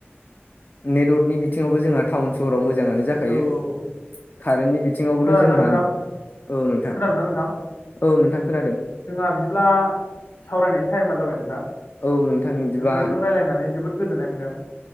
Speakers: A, on the left; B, on the left.
A: नेटवर्कनि बिथिङाव जोंहा टाउन स हराव मोजाङानो जाखायो
B: औ औ औ
A: कारेन्टनि बिथिङावबोथ'
B: खोनादोंना
A: जोंहा
B: नोंथां
A: औ नोंथां
B: खोनादोंना नोंथां
A: औ नोंथां खोनादों
B: जोंहा बिदिब्ला सावरायनायनि टाइमा जाबाय नोंथां
A: औ नोंथां बिदिबा
B: नोंथांजों रायलायनानै जोबोद गोजोननाय मोनदों।